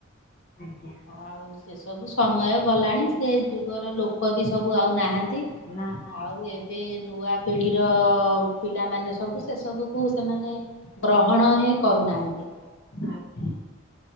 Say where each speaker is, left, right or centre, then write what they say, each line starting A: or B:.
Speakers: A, on the left; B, on the left.
A: ଆଜ୍ଞା।
B: ଆଉ ସେସବୁ ସମୟ ଗଲାଣି ସେ ଯୁଗର ଲୋକ ବି ସବୁ ଆଉ ନାହାନ୍ତି।
A: ନାହାନ୍ତି
B: ଆଉ ଏବେ ନୂଆ ପିଢିର ପିଲାମାନେ ସବୁ ସେସବୁକୁ ସେମାନେ ଗ୍ରହଣ ହିଁ କରୁନାହାନ୍ତି।
A: ଆଜ୍ଞା।